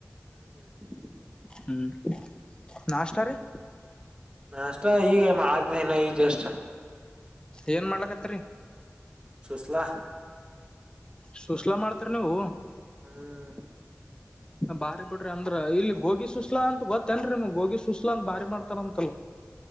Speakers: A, on the right; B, on the left.
A: <inaudible>
B: ಹ್ಮ್ ನಾಷ್ಟರಿ.
A: ನಾ ಅಷ್ಟ ಈಗ ಮಾನ ಈಜ ಅಷ್ಟ.
B: ಏನ್ ಮಾಡ್ಲಕತ್ರಿ.
A: ಸುಸ್ಲಾ.
B: ಸುಸ್ಲಾ ಮಾಡ್ತರಿ ನೀವು.
A: <inaudible>
B: ಬಾರಿ ಬಿಡ್ರಿ ಅಂದ್ರ ಇಲ್ಲಿ ಗೋಗಿ ಸುಸ್್ಲಾ ಅಂತ ಗೊತ್ತೇನ್ ನಿಮ ಗೋಗಿ ಸುಸ್ಲಾ ಅಂತ ಬಾರಿ ಮಾಡ್ತಾರ ಅಂತಲ್ಲ.